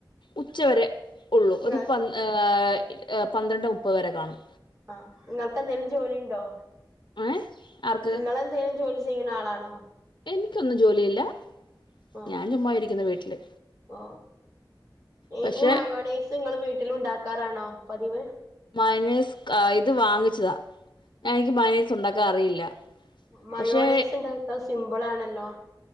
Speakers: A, on the left; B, on the right.
A: ഉച്ച വരെ ഉള്ളൂ
B: ഉം
A: ഒരു പ ഏ പന്ത്രണ്ട് മുപ്പത് വരെ കാണും
B: ആ ങ്ങൾക്ക് എന്തേലും ജോലി ഇണ്ടോ
A: ഏ ആർക്ക്
B: ങ്ങള് എന്തെം ജോലി ചെയ്യണ ആളാണോ
A: എനിക്കൊന്നും ജോലിയില്ല
B: ആഹ്
A: ഞാൻ ചുമ്മാ ഇരിക്കുന്നു വീട്ടില്
B: ഓ ഏ
A: പക്ഷെ
B: ഈ മയോണേസ് ങ്ങള് വീട്ടില് ഉണ്ടാക്കാറാണോ പതിവ്
A: മയോണിസ് ക ഇത് വാങ്ങിച്ചതാ ഞാ എനിക്ക് മയോണിസ് ഉണ്ടാക്കാൻ അറിയില്ല
B: മയോണേസ്
A: പക്ഷേ
B: ണ്ടാക്കാൻ സിമ്പ്ളാണല്ലോ